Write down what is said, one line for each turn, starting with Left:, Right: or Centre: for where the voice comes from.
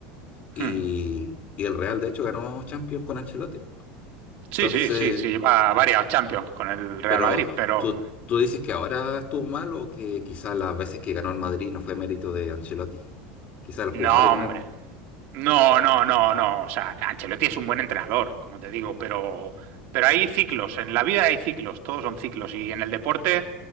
Left: Y,
Right: Hmm.
Left: y el Real, de hecho, ganó Champions con Ancelotti.
Right: Sí,
Left: Entonces,
Right: sí, sí, sí, lleva varias Champions con el Real
Left: pero
Right: Madrid, pero
Left: tú, tú dices que ahora estuvo mal o que quizás las veces que ganó el Madrid no fue mérito de Ancelotti. Quizás los
Right: no,
Left: jugadores ganaron,
Right: hombre. No, no, no, no. O sea, Ancelotti es un buen entrenador, como te digo, pero, pero hay ciclos. En la vida hay ciclos, todos son ciclos. Y en el deporte,